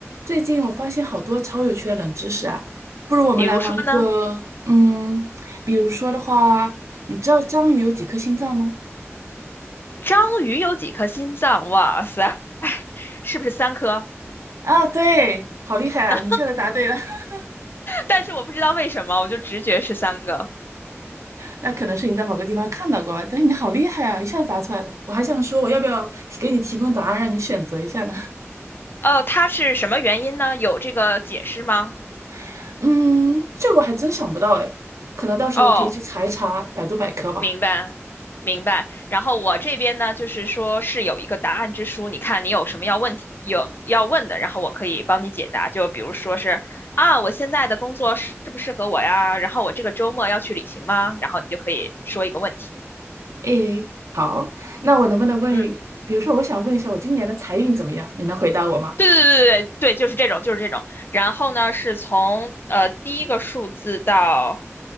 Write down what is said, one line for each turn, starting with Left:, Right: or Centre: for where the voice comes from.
Right: 最近我发现好多超有趣的冷知识啊，不如我们来玩个，
Left: 比如说呢，
Right: 嗯，比如说的话，你知道章鱼有几颗心脏吗？
Left: 章鱼有几颗心脏？哇塞，<laughs> 是不是三颗？
Right: 啊，对，好厉害啊！
Left: <laughs> 那
Right: 你一下子答对了，<laughs>
Left: 但是我不知道为什么，我就直觉是三个。
Right: 那可能是你在某个地方看到过吧，但是你好厉害啊，一下子答出来了。我还想说，我要不要提给你提供答案，让你选择一下呢？
Left: 哦，它是什么原因呢？有这个解释吗？
Right: <laughs> 嗯，这个我还真想不到哎，可能到时候可以去查一查百度百科吧。
Left: 哦，明白，明白。然后我这边呢，就是说是有一个答案之书，你看你有什么要问题有要问的，然后我可以帮你解答。就比如说是啊，我现在的工作适不适合我呀？然后我这个周末要去旅行吗？然后你就可以说一个问题。
Right: 诶，好，那我能不能问，
Left: 嗯。
Right: 比如说我想问一下，我今年的财运怎么样？你能回答我吗？
Left: 对对对对对对，就是这种，就是这种。然后呢，是从呃第一个数字到